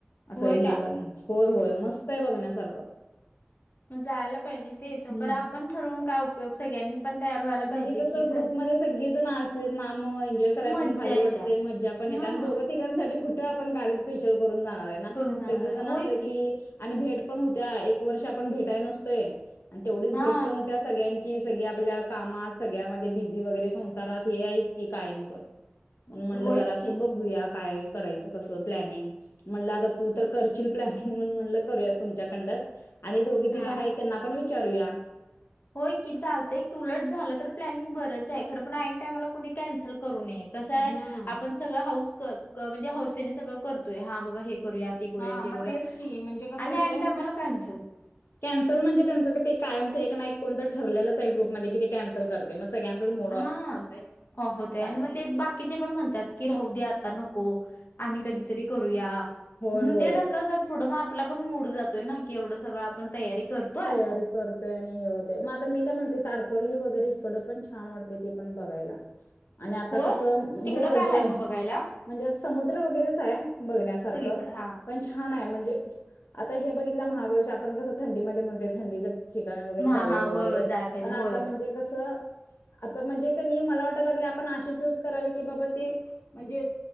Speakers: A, on the left; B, on the left.
A: असं
B: होय
A: हे
B: काय
A: करण, होय होय. मस्त आहे बघण्यासारखं.
B: ग जायला पाहिजे ते सवकार
A: हम्म
B: आपण ठरवून का उपयोग सगळ्यांनी पण तयार व्हायला
A: म्हणजे,
B: पाहिजे
A: कसं
B: की सग
A: ग्रुपमध्ये सगळी जण असलेत मं एन्जॉय कराय
B: मज्जा
A: पण भारी वाटतय
B: येत्या
A: मज्जा पण येत्या
B: हा
A: आणि दोघं तिकांसाठी खु आपण गाडी स्पेशल करून जा <unintelligible>
B: करून जाणार
A: सगळीजण असली
B: होय
A: की, आणि भेट पण होत्या, एक वर्ष आपण भेटाय नसतोय आणि तेवढीच
B: हा
A: भेट पण होत्या सगळ्यां ची सगळ आपल्या कामात सगळ्यामध्ये बिझी वगैरे संसारात हे आहेच की कायमचं. म्हणून म्हटलं
B: होयच
A: जरा स
B: की
A: बघूया. काय करायचं कस प्लॅनिंग म्हणलं आता तू तर करशील प्लॅनिंग म्हणून म्हणलं करूया तुमच्याकडच. आणि दोघे तिघे
B: हा
A: आहेत त्यांना पण चारूया.
B: होय की चालतंय उलट झालं तर प्लॅनिंग बरंच आहे. खर पण आईनं टामला कोणी कॅन्सल करू नये कसाय
A: हा
B: आपण सगळ हऊस म्हणजे, हौसेने सगळं करतोय हा बाबा हे. करूया ते करूया
A: हा,
B: ते
A: मग
B: करूया
A: तेच की म्हणजे, कस
B: आणि
A: होतंय.
B: ऐन टायमाला कॅन्सल
A: कॅन्सल म्हणजे, त्यांच ते कायमच नाही कोणं तर ठरलेलंच ग्रुपमध्ये कि ते कॅन्सल करते. सगळ्यांचाच मूड
B: हा,
A: ऑफ होतोय
B: ऑफ होतय
A: असं झालंय.
B: आणि मग ते बाकीचे पण म्हणतात की राहू दे आता नको आणि कधीतरी करूया.
A: होय
B: म्हणून,
A: होय
B: ते ढकलतात पुढं मग आपला पण मूड जातोय ना की एवढं सगळं आपण तयारी करतोय
A: तयारी करतोय आणि हे होतंय. मग आता मी काय म्हणतोय तारकर्ली वगैरे इकड पण छान वाटते ते पण बघायला. आणि आता
B: होय
A: कसं
B: तिकडं
A: होय
B: काय
A: होय
B: आहे मग बघायला
A: म्हणजे, समुद्र वगैरेच आहे बघण्यासारख
B: सगळीकडं हा
A: पण छान आहे. म्हणजे, आता हे बघितलं <unintelligible> आपण कस थं मध्ये म्हण थंडीचं ठिकाण वगैरे
B: हा
A: जाऊया
B: हा होय
A: वगैरे
B: होय जायला पाहिजे
A: पण आता
B: होय
A: म्हणजे कसं. आता म्हणजे कणी मला वाटायला लागले आपण अे चूज करावी की बाबा ते म्हणजे